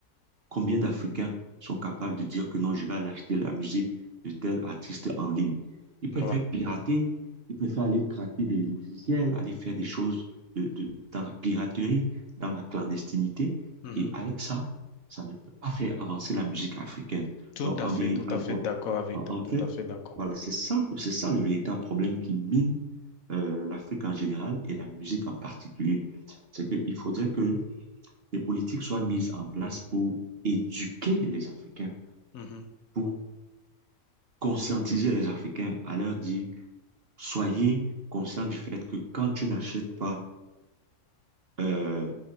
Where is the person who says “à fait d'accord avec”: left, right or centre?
Left